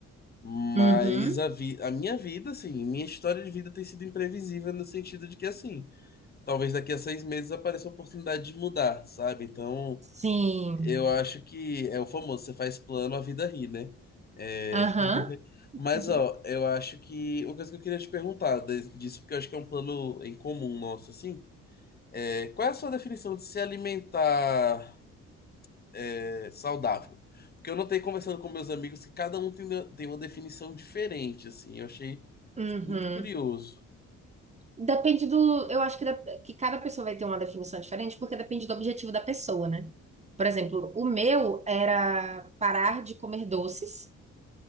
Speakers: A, on the left; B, on the right.
A: Mas
B: Uhum.
A: a, vi a minha vida, assim, minha história de vida tem sido imprevisível no sentido de que, assim, talvez daqui a seis meses apareça a oportunidade de mudar, sabe? Então.
B: Sim.
A: Eu acho que é o famoso, você faz plano, a vida ri, né? É...
B: Aham.
A: <laughs> Mas,
B: Uhum.
A: ó, eu acho que uma coisa que eu queria te perguntar de- disso, porque eu acho que é um plano em comum nosso, assim, é qual é a sua definição de se alimentar é, saudável? Porque eu notei conversando com meus amigos que cada um tem, tem uma definição diferente, assim, eu achei
B: Uhum.
A: muito curioso.
B: Depende do. Eu acho que, da- que cada pessoa vai ter uma definição diferente, porque depende do objetivo da pessoa, né? Por exemplo, o meu era parar de comer doces.